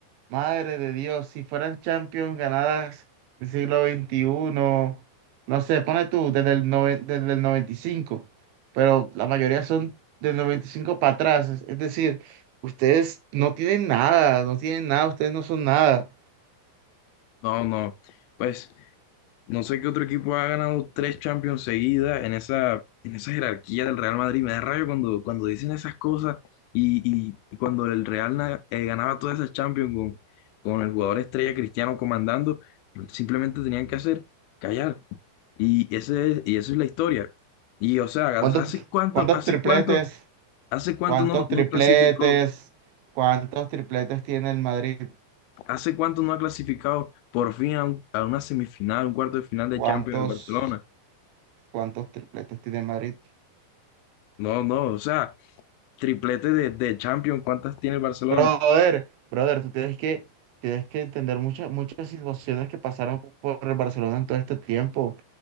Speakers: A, on the right; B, on the left.
A: madre de Dios, si fueran Champions ganadas del siglo veintiuno, no sé, pone tú, desde el, noven- desde el 95, pero la mayoría son del 95 para atrás, es es decir Ustedes no tienen nada, no tienen nada, ustedes no son nada.
B: No, no, pues No sé qué otro equipo ha ganado tres Champions seguidas en esa, en esa jerarquía del Real Madrid. Me da rayo cuando, cuando dicen esas cosas y, y- y cuando el Real na- eh, ganaba todas esas Champions con, con el jugador estrella Cristiano comandando, simplemente tenían que hacer callar. Y, ese es- y eso es la historia. Y o sea,
A: ¿Cuántos,
B: ¿hace cuánto,
A: cuántos
B: hace
A: tripletes?
B: cuánto, hace cuánto
A: ¿Cuántos
B: no, no
A: tripletes?
B: clasificó?
A: ¿Cuántos tripletes tiene el Madrid?
B: ¿Hace cuánto no ha clasificado por fin a, un- a una semifinal, un cuarto de final
A: ¿Cuántos,
B: de Champions el Barcelona?
A: cuántos tripletes tiene el Madrid?
B: No, no, o sea. triplete de, de Champions, ¿cuántas tiene el Barcelona?
A: Brother, brother, tú tienes que, tienes que entender muchas, muchas situaciones que pasaron por el Barcelona en todo este tiempo.